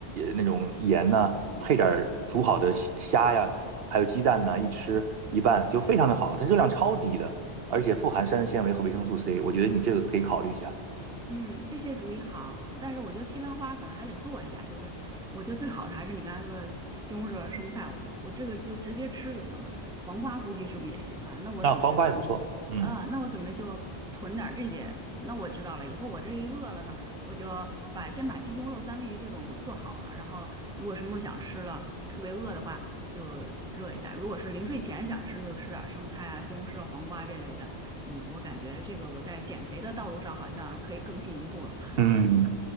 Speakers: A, on the right (about 65°); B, in the centre.
A: 那种盐呐、配点煮好的虾虾呀，还有鸡蛋呐、一吃一拌就非常的好，它热量超低的。而且富含膳食纤维和维生素 C，我觉得你这个可以考虑一下。
B: 嗯，这些主意好，但是我觉得西兰花可能还得做一下，就是我觉得最好的还是你刚才说的西红柿和生菜，我，我这个就直接吃就行了，黄瓜估计是不是也行啊？那我准备
A: 那黄瓜也不错，嗯
B: 啊，那我准备就囤点儿这些。那我知道了，以后我这一饿了呢，我就把先把鸡胸肉、三文鱼这种做好了，然后如果什么时候想吃了，特别饿的话就热一下。如果是临睡前想吃，那就吃点儿生菜啊、西红柿、黄瓜这类的。嗯，我感觉这个我在减肥的道路上好像可以更进一步了。
A: 嗯，